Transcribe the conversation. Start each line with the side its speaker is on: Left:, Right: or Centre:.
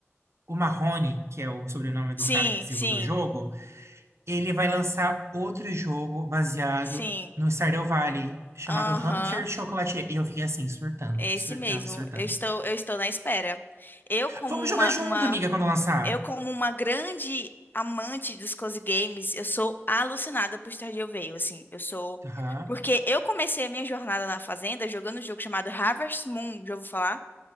Right: o Mahone, que é o sobrenome do
Left: Sim,
Right: cara que desenvolveu
Left: sim,
Right: o jogo, Ele vai lançar outro jogo baseado
Left: sim.
Right: no Stardew Valley, chamado
Left: Aham,
Right: Hunter Chocolatier. E eu fiquei assim, surtando,
Left: é
Right: surtando,
Left: esse mesmo.
Right: surtando.
Left: Eu estou, eu estou na espera. Eu, como
Right: Vamos
Left: uma,
Right: jogar junto,
Left: uma
Right: amiga, quando lançar.
Left: Eu, como uma grande amante dos cozy games, eu sou alucinada por Stardew Valley, assim, eu sou...
Right: Aham.
Left: Porque eu comecei a minha jornada na Fazenda jogando um jogo chamado Harvest Moon, já vou falar?